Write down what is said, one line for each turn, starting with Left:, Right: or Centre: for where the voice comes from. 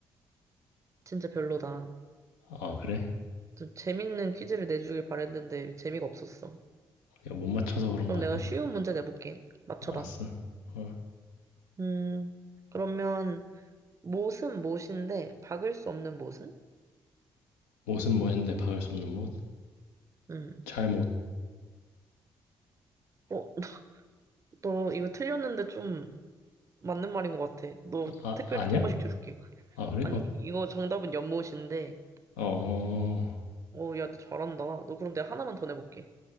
Right: 진짜 별로다.
Left: 아 그래?
Right: 좀 재밌는 퀴즈를 내주길 바랬는데 재미가 없었어.
Left: 야, 못 맞춰서 그런
Right: 그럼
Left: 거
Right: 내가
Left: 아니야?
Right: 쉬운 문제 내볼게. 맞춰봐.
Left: 알았어 어.
Right: 음, 그러면, 못은 못인데 박을 수 없는 못은?
Left: 못은 못인데 박을 수 없는 못?
Right: 응
Left: 잘못
Right: 어, <laughs> 너 이거 틀렸는데 좀 맞는 말인 것 같아. 너
Left: 아
Right: 특별히
Left: 아니야?
Right: 통과시켜줄게.
Left: 아 그래?
Right: 아니,
Left: 어,
Right: 이거 정답은 연못인데.
Left: 어 어.
Right: 어, 야, 너 잘한다. 너 그럼 내가 하나만 더 내볼게.